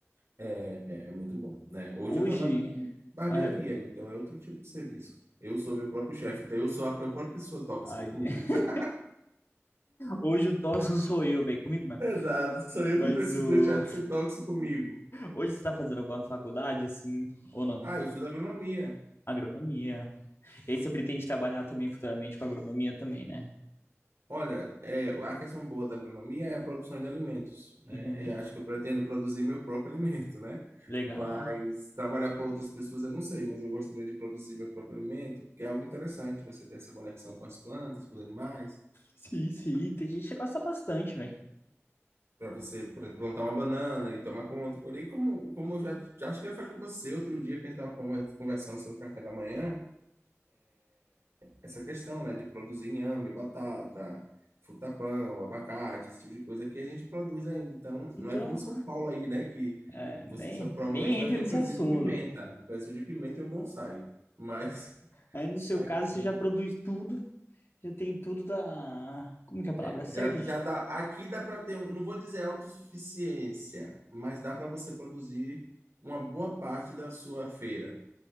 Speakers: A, on the right; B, on the left.
A: É, é, é muito bom, né? Hoje
B: Hoje.
A: eu trabalho com barbearia,
B: ai,
A: então é outro tipo de serviço. Eu sou meu próprio chefe, então eu sou a minha própria pessoa tóxica
B: ai,
A: comigo.
B: <laughs>
A: <laughs>
B: Hoje o tóxico sou eu, velho, comigo mesmo.
A: Exato, sou eu
B: Mas
A: que preciso
B: o...
A: deixar de ser tóxico comigo.
B: hoje você tá fazendo alguma faculdade, assim, ou não?
A: Ah, eu estudo agronomia.
B: Agronomia. E aí você pretende trabalhar também futuramente com agronomia também, né?
A: Olha, é, a questão boa da agronomia é a produção de alimentos, né?
B: Uhum.
A: Eu acho que eu pretendo produzir meu próprio <laughs> alimento, né?
B: Legal.
A: Mas trabalhar para outras pessoas eu não sei, mas eu gostaria de produzir meu próprio alimento, porque é algo interessante você ter essa conexão com as plantas, com os animais,
B: Sim, sim, tem gente que gosta bastante, velho.
A: para você, por exemplo, plantar uma banana e tomar conta, e colher. E como, como eu já, já acho que já falei com você outro dia que a gente estava conversando sobre o café da manhã, essa questão, né, de produzir inhame, batata, fruta-pão, abacate, esse tipo de coisa que a gente produz ainda. Então,
B: Então,
A: não é como São Paulo aí, né, que
B: é,
A: você
B: nem,
A: só provavelmente
B: nem
A: vai
B: entra
A: ter um
B: nesse
A: pezinho
B: assunto,
A: de pimenta,
B: velho.
A: um pezinho de pimenta e um bonsai. Mas
B: Aí
A: <laughs>
B: no seu
A: aqui
B: caso, você já produz tudo, já tem tudo da. Como que é a palavra
A: é,
B: certa?
A: já, já
B: gente?
A: dá, aqui dá para ter, um, não vou dizer autossuficiência, mas dá para você produzir uma boa parte da sua feira.